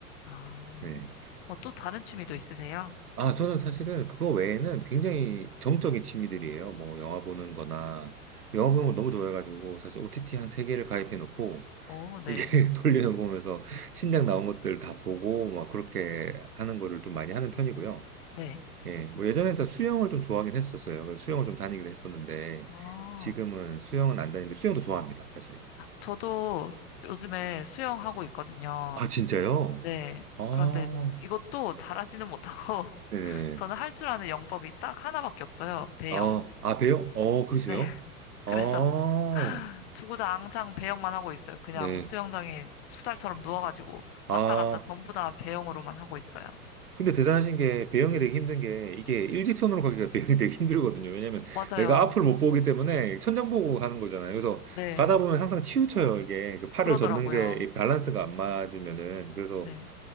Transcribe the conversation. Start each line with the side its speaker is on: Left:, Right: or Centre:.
Left: 아,
Right: 네.
Left: 어, 또 다른 취미도 있으세요?
Right: 아, 저는 사실은 그거 외에는 굉장히 정적인 취미들이에요. 뭐 영화 보는 거나, 영화 보는 걸 너무 좋아해가지고, 사실 OTT 한 세개를 가입해 놓고,
Left: 오, 네,
Right: 이게 <laughs> 돌려보면서 신작 나온 것들 다 보고, 막 그렇게 하는 거를 좀 많이 하는 편이고요.
Left: 네.
Right: 예, 뭐 예전엔 다 수영을 좀 좋아하긴 했었어요. 그래서 수영을 좀 다니기도 했었는데,
Left: 아
Right: 지금은 수영은 안 다니는데, 수영도 좋아합니다, 사실은.
Left: 저도 요즘에 수영하고 있거든요.
Right: 아, 진짜요?
Left: 네.
Right: 아,
Left: 그런데 이것도 잘하지는 못하고
Right: 네네.
Left: 저는 할 줄 아는 영법이 딱 하나밖에 없어요. 배영.
Right: 아, 아, 배요? 어, 그러세요?
Left: 네. <laughs> 그래서
Right: 아,
Left: 주구장창 배영만 하고 있어요. 그냥
Right: 네.
Left: 수영장에 수달처럼 누워가지고
Right: 아,
Left: 왔다 갔다 전부 다 배영으로만 하고 있어요.
Right: 근데 대단하신 게, 배영이 되게 힘든 게, 이게 일직선으로 가기가 <laughs> 배영이 되게 힘들거든요. 왜냐면
Left: 맞아요.
Right: 내가 앞을 못 보기 때문에 천장 보고 가는 거잖아요. 그래서
Left: 네.
Right: 가다 보면 항상 치우쳐요, 이게. 그 팔을
Left: 그러더라고요.
Right: 젓는 게이 밸런스가 안 맞으면은. 그래서
Left: 네.